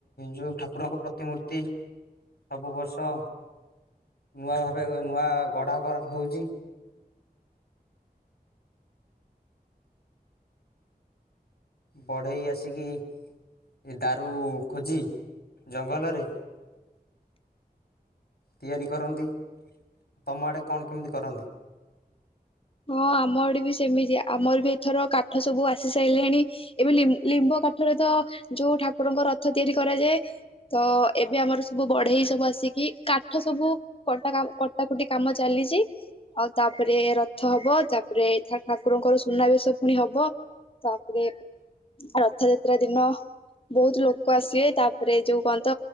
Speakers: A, on the left (about 75°); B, on the left (about 35°).
A: ଯୋଉ ଠାକୁରଙ୍କ ପ୍ରତିମୂର୍ତ୍ତି ସବୁ ବର୍ଷ ନୂଆ ଭାବେ ନୂଆ ଗଢ଼ା କରା ହଉଚି। ବଢ଼େଇ ଆସିକି ଏ ଦାରୁ ଖୋଜି ଜଙ୍ଗଲରେ ତିଆରି କରନ୍ତି। ତୋମ ଆଡ଼େ କଣ କେମିତି କରନ୍ତି?
B: ହଁ ଆମ ଆଡେ ବି ସେମିତି ଆମର ବି ଏଥର କାଠ ସବୁ ଆସି ସାରିଲେଣି, ଏବେ ଲିମ୍ ଲିମ୍ବ କାଠରେ ତ ଯୋଉ ଠାକୁରଙ୍କ ରଥ ତିଆରି କରାଯାଏ, ତ ଏବେ ଆମର ସବୁ ବଢ଼େଇ ସବୁ ଆସିକି କାଠ ସବୁ କଟା କାମ କଟା କଟି କାମ ଚାଲିଚି, ଆଉ ତାପରେ ର ଥ ହବ ତାପରେ ଠା-ଠାକୁରଙ୍କର ସୁନାବେେଶ ପୁଣି ହବ, ତାପରେ ରଥଯାତ୍ରା ଦିନ ବହୁତ ଲୋକ ଆସିବେ, ତାପରେ ଯୋଉ କଣ ତ